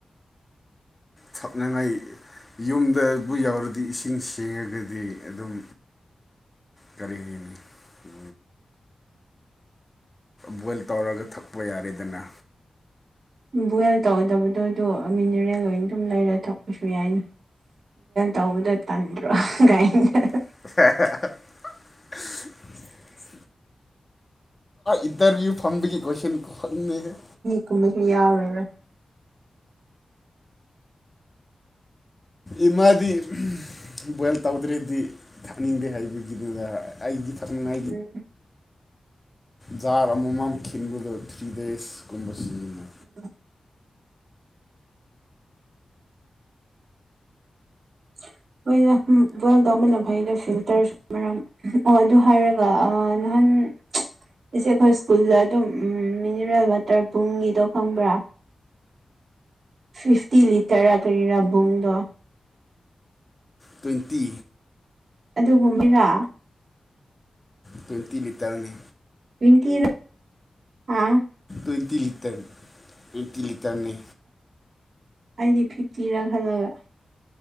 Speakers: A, on the left; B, on the right.
A: ꯁꯛꯅꯉꯥꯏ ꯌꯨꯝꯗꯕꯨ ꯌꯥꯎꯔꯗꯤ ꯏꯁꯤꯡ ꯁꯦꯡꯉꯒꯗꯤ ꯑꯗꯨꯝ ꯀꯔꯤꯗꯅꯤ ꯎ ꯕꯣꯏꯜ ꯇꯧꯔꯒ ꯊꯛꯄ ꯌꯥꯔꯦꯗꯅ
B: ꯕꯣꯏꯜ ꯇꯧꯗꯕꯗꯣ ꯑꯗꯨ ꯃꯤꯅꯔꯦꯜ ꯑꯣꯏꯅ ꯑꯗꯨꯝ ꯂꯩꯔ ꯊꯛꯄꯁꯨ ꯌꯥꯏꯅꯤ ꯇꯧꯕꯗꯣ ꯇꯟꯗ꯭ꯔꯣ ꯀꯥꯏꯗ
A: <unintelligible> ꯏꯇꯔꯨ ꯐꯪꯕꯤꯒꯤ ꯀ꯭ꯋꯁꯟ ꯀ ꯐꯪ
B: ꯀꯨꯝꯕꯁꯨ ꯌꯥꯎꯔꯔꯣꯏ
A: ꯏꯃꯗꯤ ꯕꯣꯏꯜ ꯇꯧꯗ꯭ꯔꯗꯤ ꯊꯥꯅꯤꯡꯗꯦ ꯍꯥꯏꯕꯒꯤꯗꯨꯗ ꯑꯩꯒꯤ ꯊꯝꯅ
B: ꯎꯝ
A: ꯖꯥꯔ ꯑꯃꯃꯝ ꯈꯤꯟꯕꯗꯣ ꯊ꯭ꯔꯤ ꯗꯦꯖꯀꯨꯝꯕ ꯁꯤꯖꯤꯟꯅꯩ
B: ꯎ <unintelligible> ꯃꯣꯏꯅ ꯕꯜ ꯇ ꯃꯟꯅ ꯐꯩꯗ ꯐꯤꯜꯇꯔ ꯃꯔꯝ ꯑꯣ ꯑꯗꯨ ꯍꯥꯏꯔꯒ ꯅꯍꯥꯟ ꯎꯝ ꯏꯁꯦ ꯑꯩꯈꯣꯏ ꯁ꯭ꯀꯨꯜꯗ ꯑꯗꯨꯝ ꯃꯤꯅꯔꯦꯜ ꯋꯥꯇꯔ ꯕꯨꯡꯒꯤꯗꯣ ꯈꯪꯕ꯭ꯔꯥ ꯐꯤꯐꯇꯤ ꯂꯤꯇꯔ ꯀꯔꯤꯔꯥꯕꯨꯡꯗꯣ
A: ꯇ꯭ꯋꯦꯟꯇꯤ
B: ꯑꯗꯨꯒꯨꯝꯕꯔ
A: ꯇꯋꯥꯏꯇꯤ ꯂꯤꯇꯔꯅꯤ
B: <unintelligible> ꯑ
A: ꯇ꯭ꯋꯦꯟꯇꯤ ꯂꯤꯇꯔ ꯇ꯭ꯋꯦꯟꯇꯤ ꯂꯤꯇꯔꯅꯦ
B: ꯑꯩꯗꯤ ꯐꯤꯐꯇꯤꯔꯥ ꯈꯜꯂꯒ